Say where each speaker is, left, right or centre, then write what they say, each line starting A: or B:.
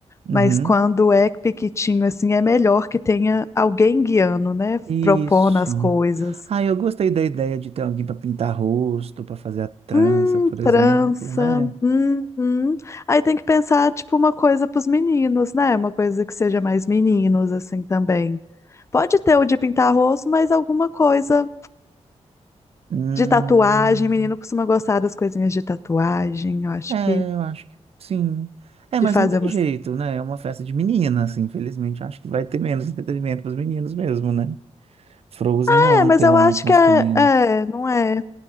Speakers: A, on the right; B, on the left.
A: Uhum.
B: Mas quando é pequitinho, assim, é melhor que tenha alguém guiando, né?
A: Isso.
B: Propondo as coisas.
A: Ah, eu gostei da ideia de ter alguém para pintar rosto, para fazer a trança,
B: Hum,
A: por exemplo,
B: trança.
A: né?
B: Uhum. Aí tem que pensar, tipo, uma coisa para os meninos, né? Uma coisa que seja mais meninos, assim, também. Pode ter o de pintar rosto, mas alguma coisa
A: Hum.
B: de tatuagem. Menino costuma gostar das coisinhas de tatuagem. Eu acho
A: É,
B: que
A: eu acho que sim. É,
B: de
A: mas
B: fazer
A: não tem
B: umas.
A: jeito, né? É uma festa de meninas, assim, infelizmente. Acho que vai ter menos entretenimento para os meninos mesmo, né? Frozen
B: É,
A: não é um
B: mas
A: tema
B: eu acho
A: muito
B: que
A: masculino.
B: é, é, não é.